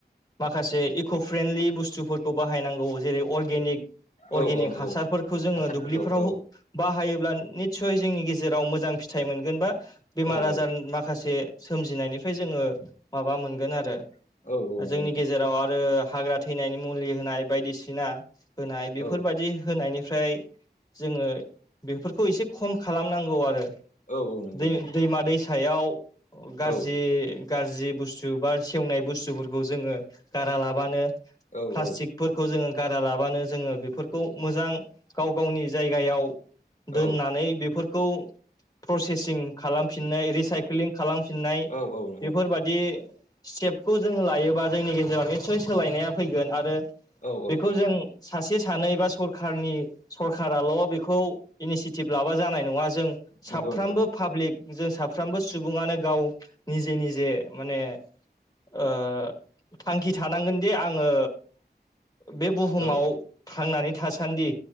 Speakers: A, on the left; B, on the left.
A: माखासे इक' फ्रेन्डलि बुसथुफोरखौ बाहायनांगौ जेरै अर्गेनिक
B: औ
A: अर्गेनिक
B: औ नंगौ
A: हासारफोरखौ जोङो
B: हासारफोरखौ
A: दुब्लिफोराव
B: औ
A: बाहायोब्ला निट निसय जोंनि गेजेराव मोजां फिथाइ मोनगोन बा बेमार
B: औ
A: आजार
B: औ
A: माखासे सोमजिनायनिफ्राय जोङो माबा मोनगोन आरो
B: औ औ नंगौ
A: जोंनि
B: नोंथां
A: गेजेराव आरो हाग्रा थैनायनि मुलि होनाय बायदिसिना होनाय बेफोरबायदि
B: औ
A: होनायनि फ्राय जोङो बेफोरखौ एसे खम खालामनांगौ आरो
B: औ औ नंगौ
A: दै-
B: नोंथां
A: दैमा दैसायाव गाज्रि
B: औ
A: गाज्रि बुसथु बा सेवनाय बुसथुफोरखौ जोङो गारा लाबानो
B: औ
A: प्लास्टिकफोरखौ
B: औ
A: जोङो गारा लाबानो जोङो बेफोरखौ मोजां गाव गावनि जायगायाव दोननानै
B: औ
A: बेफोरखौ प्रसेसिं खालामफिननाय रिसाइकलिं खालामफिननाय
B: औ औ नंगौ
A: बेफोरबादि
B: नोंथां
A: स्टेपखौ जों लायोबा जोंनि गेजेराव निस्सय सोलायनाया फैगोन आरो
B: औ
A: बेखौ
B: औ
A: जों सासे सानै बा सरखारनि सरखाराल' बेखौ इनिसियेटिभ लाबा जानाय नङा जों साफ्रोमबो
B: नंगौ नंगौ
A: पाब्लिक जों साफ्रोमबो सुबुङानो गाव निजे निजे माने ओ थांखि थानांगोनदि आङो बे बुहुमाव
B: औ
A: थांनानै थासानदि